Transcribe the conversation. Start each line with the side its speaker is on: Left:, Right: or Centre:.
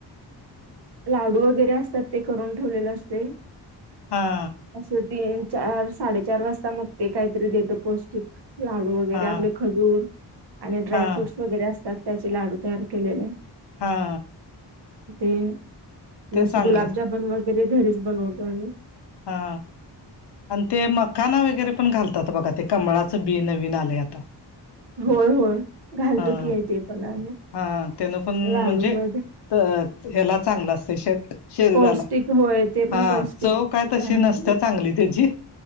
Right: लाडू वगैरे असतात ते करून ठेवलेले असते.
Left: हा.
Right: असं ती चार साडेचार वाजता मग ते काहीतरी देत पौष्टिक. लाडू वगैरे
Left: हा
Right: आपले खजूर आणि ड्राय
Left: हा
Right: फ्रूट्स वगैरे असतात त्याचे लाडू तयार केलेले.
Left: हा.
Right: ते
Left: ते
Right: जस
Left: चांगलं
Right: गुलाबजामन
Left: असत.
Right: वगैरे घरीच बनवतो आम्ही
Left: हा आणि ते मकाना वगैरे पण घालतात बघा ते कमळाचं बी नवीन आले आता
Right: होय होय घालतो
Left: हा
Right: की ते पण आम्ही
Left: हा त्यानं पण
Right: लाडू
Left: म्हणजे
Right: मध्ये.
Left: तर ह्याला चांगलं असतय श शरीराला
Right: पौष्टिक होय ते पण
Left: हा
Right: पौष्टिक
Left: चव काय. तशी
Right: आहे
Left: नसतीयां
Right: ते
Left: चांगली त्याची